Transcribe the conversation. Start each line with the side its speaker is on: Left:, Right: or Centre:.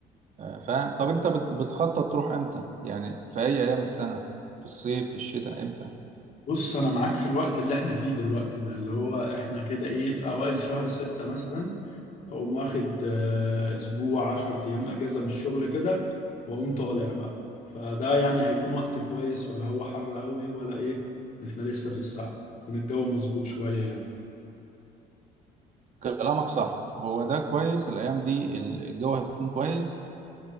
Right: آه، فاهم طب انت بت- بتخطط تروح امتى يعني في اي ايام السنه في الصيف في الشتاء امتى
Left: بص انا معاك في الوقت اللي احنا فيه دلوقتي ده اللي هو احنا كده ايه في اوائل شهر ستة مثلا اقوم واخد آه، اسبوع عشر ايام اجازة من الشغل كده واقوم طالع بقى فده يعني هيكون وقت كويس ولا هو حر قوي ولا ايه احنا لسه في الساعة يكون الجو مظبوط شوية يعني
Right: كلامك صح هو ده كويس الايام دي الجو هيكون كويس